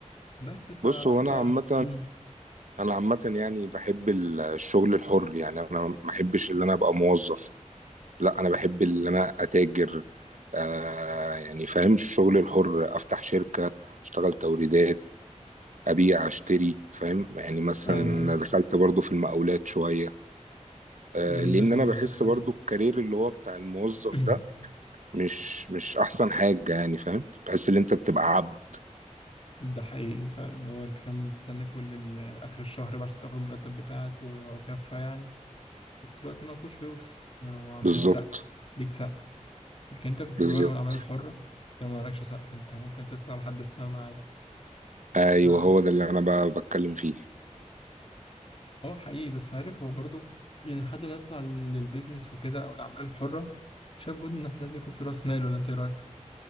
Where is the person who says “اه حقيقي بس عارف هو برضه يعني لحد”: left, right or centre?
Left